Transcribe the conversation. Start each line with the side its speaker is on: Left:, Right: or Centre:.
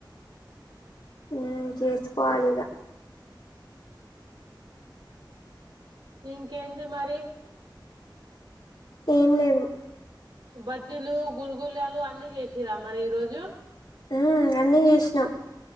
Left: ఊ చేసుకోవాలి ఇగ
Right: ఇంకేంది మరి
Left: ఏం లేదు
Right: బజ్జీలు గుల్గులాలు అన్ని చేసిరా మరి ఈ రోజు
Left: ఊ అన్నీ చేశ్నాం